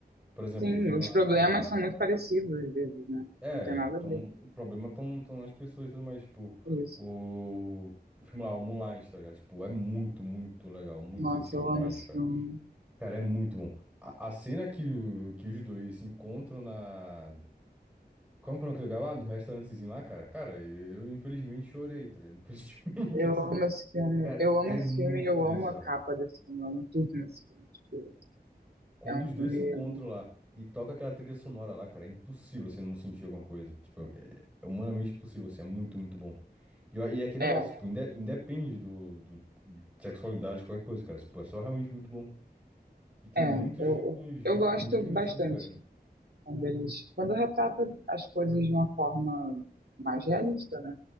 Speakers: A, in the centre; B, on the right.
A: Por exemplo,
B: Sim,
A: o filme
B: os
A: lá,
B: problemas são muito parecidos, às vezes, né?
A: é,
B: Não tem nada
A: tão,
B: a ver
A: o problema estão tão, tão nas pessoas e tudo mais, tipo,
B: é isso.
A: o... O filme lá, o Moonlight, tá ligado? Tipo, é muito, muito legal, muito
B: Nossa,
A: sensível
B: eu
A: o Moonlight,
B: amo esse
A: cara.
B: filme.
A: Cara, é muito bom. A, a cena que, o- que os dois se encontram na. Como que é aquele lugar lá? Do restaurantezinho lá, cara? Cara, eu, eu infelizmente chorei, tá ligado? <laughs> Infelizmente,
B: Eu
A: assim.
B: amo esse filme.
A: Cara,
B: Eu amo
A: é
B: esse
A: muito
B: filme e eu
A: bizarro.
B: amo a capa desse filme. Eu amo tudo nesse filme. Tipo,
A: Quando
B: é um
A: os
B: filme.
A: dois se encontram lá e toca aquela trilha sonora lá, cara, é impossível você não sentir alguma coisa. Tipo, é, é humanamente impossível, assim, é muito, muito bom. E, eu- e é aquele
B: É,
A: negócio, tipo, inde- independe do, do, de sexualidade, qualquer coisa, cara. Tipo, é só realmente muito bom. E tem
B: é.
A: muitos
B: Eu,
A: filmes,
B: eu, gosto
A: muitos filmes
B: bastante
A: assim, cara.
B: quando eles. Quando retrata as coisas de uma forma mais realista, né?